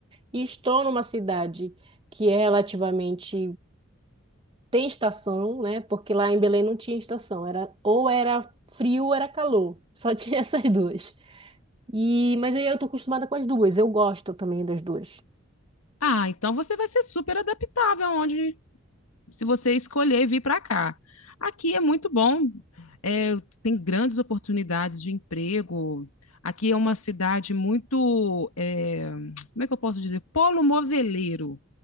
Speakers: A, on the right (about 25°); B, on the left (about 85°).
A: e estou numa cidade que é relativamente tem estação, né? Porque lá em Belém não tinha estação, era ou era frio ou era calor, só <laughs> tinha essas duas. E mas aí eu tô acostumada com as duas, eu gosto também das duas.
B: Ah, então você vai ser super adaptável onde se você escolher vir para cá. Aqui é muito bom, é, tem grandes oportunidades de emprego. Aqui é uma cidade muito, é, como é que eu posso dizer? Polo moveleiro.